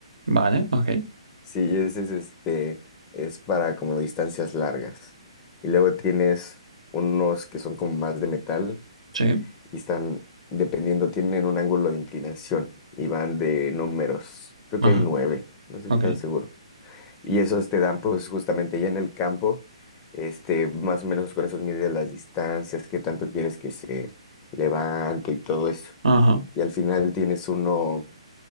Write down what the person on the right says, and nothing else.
vale, ok,
sí,
ajá,
ok,
ajá.